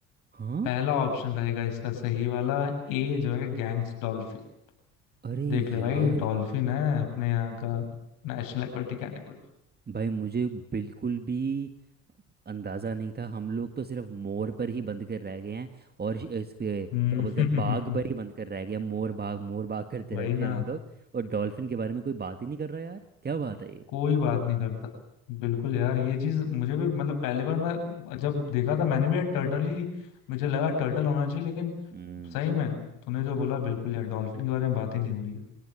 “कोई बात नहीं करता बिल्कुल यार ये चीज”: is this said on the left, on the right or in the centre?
Left